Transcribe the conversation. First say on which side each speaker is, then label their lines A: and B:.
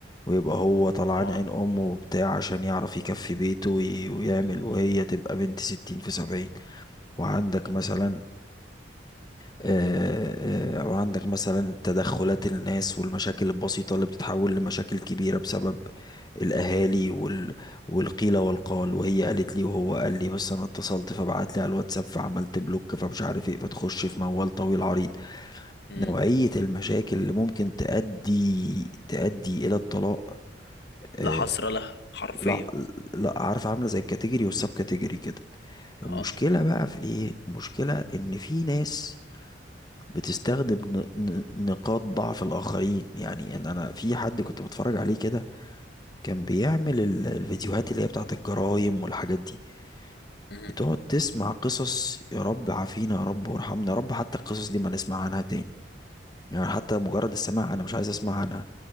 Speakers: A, on the left (about 20°); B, on the left (about 60°).
A: ويبقى هو طلعان
B: اه
A: عين امه وبتاع عشان يعرف يكفي بيته وي- ويعمل وهي تبقى بنت ستين في سبعين وعندك مثلا آه، آه، وعندك مثلا تدخلات الناس والمشاكل البسيطة اللي بتتحول لمشاكل كبيرة بسبب الأهالي وال... والقيل والقال وهي قالت لي وهو قال لي بس أنا اتصلت فبعت لي على الواتساب فعملت بلوك فمش عارف إيه فتخش في موال طويل عريض
B: مم.
A: نوعية المشاكل اللي ممكن تؤدي تؤدي إلى الطلاق
B: لا
A: آه،
B: حصر لها حرفيا
A: لا لا عارف عاملة زي الكاتيجوري والسب كاتيجوري كده المشكلة
B: اه
A: بقى في إيه المشكلة إن في ناس بتستخدم ن- ن- نقاط ضعف الآخرين يعني أنا أنا في حد كنت بتفرج عليه كده كان بيعمل ال- الفيديوهات اللي هي بتاعت الجرايم والحاجات دي
B: مم.
A: بتقعد تسمع قصص يا رب عافينا يا رب وارحمنا يا رب حتى القصص دي ما نسمع عنها تاني يعني حتى مجرد السماع انا مش عايز اسمع عنها